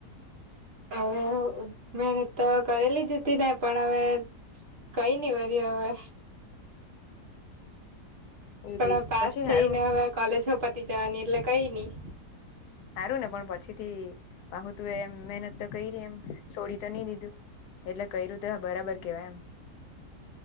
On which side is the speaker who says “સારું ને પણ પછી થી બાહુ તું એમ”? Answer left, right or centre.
Left